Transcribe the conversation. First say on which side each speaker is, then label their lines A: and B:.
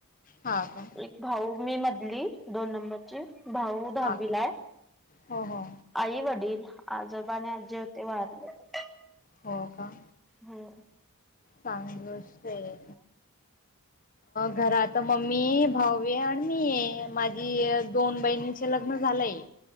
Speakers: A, on the left; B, in the centre.
A: हा का
B: एक भाऊ. मी मधली दोन नंबरची. भाऊ दधहावीलाय
A: हा हो हो
B: आई वडील. आजोबा ने आजे होते वारलेत.
A: हो का.
B: हो.
A: चांगल असतंय घरात. मम्मी भावे आणि मी माझी दोन बहिणीचे लग्न झालंय.